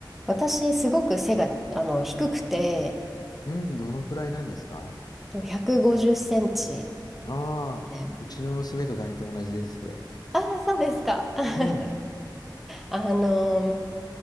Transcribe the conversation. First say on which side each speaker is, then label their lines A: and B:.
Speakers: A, in the centre; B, on the left.
A: 私、すごく背が、あの、低くて、
B: うん、どのくらいなんですか
A: と150センチ
B: ああー、
A: で。
B: うちの娘と大体同じです、それ。
A: ああ、そうですか。<laughs>
B: うん、
A: あのー